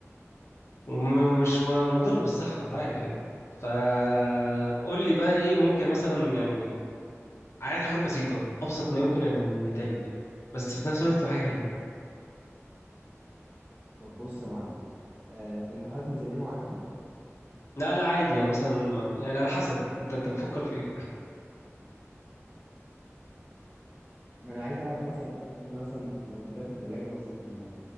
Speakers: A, on the left; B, on the right.
A: وم- ومش م- مضر بالصحه انت عارف يعني فقول لي بقى ايه ممكن مثلا يعني عايز حاجات بسيطه ابسط ما يمكن ان يتعمل يعني بس في نفس الوقت تبقى حاجه حلوه
B: طب بص يا معلم آه، انت حاطط ميزانيه معينه
A: لا لا عادي يعني مثلا يعني على حسب انت انت بتفكر في ايه
B: ما انا عايز اعرف مثلا انت مثلا لو دلوقتي التلاجة بصيت فيها